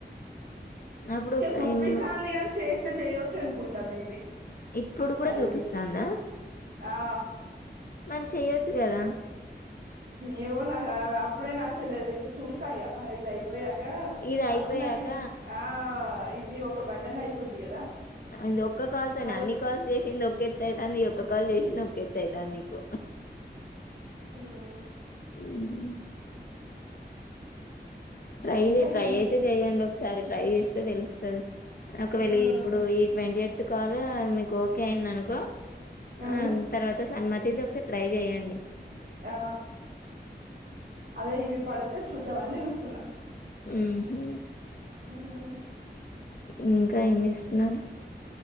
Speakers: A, on the left; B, on the right.
A: అప్పుడు
B: ఇంకా
A: ఒక
B: సూపిస్తాంది
A: ఇమ్మ
B: కాని చేస్తే చేయొచ్చు అనుకుంటా మేబి
A: ఇప్పుడు కూడా
B: నాకు
A: చూపిస్తాందా
B: తెలిసి ఆ
A: మరి చెయొచ్చు గదా
B: ఏవొ నా ఆ అప్పుడే నచ్చలేద చూస్తా ఇగా ఇది ఐ పోయాక
A: ఇది
B: ఫస్ట్
A: అయిపోయాక
B: నాకిది ఆ ఇది ఒక బడ్డన్ అయిపోద్ది కదా
A: అది ఒక్క కాల్ తోనే
B: మళ్
A: అన్ని కాల్స్ చేసింది ఒకేత్తాయితాంది ఈ ఒక్క కాల్ చేసింది ఒక ఎత్తు ఐతంది నీకు
B: మ్
A: హ్మ్. ట్రై
B: ఇంకా
A: చే ట్రై
B: ఏం
A: అయితే చెయండి ఒకసారి ట్రై చేస్తే తెలుస్తది ఒకవేళ
B: మ్
A: ఇప్పుడు ఈ ట్వంటీ ఎయిత్ కాల్ మీకు ఓకే అయింది అనుకో ఆ
B: మ్
A: తర్వాత సన్మతిది ఒకసారి ట్రై చెయ్యండి
B: ఆ అదే ఇవి పడుతే చూద్దమని చూస్తున్న
A: ఉహు
B: ఉహు
A: ఇంకా ఏంజెస్తున్నారు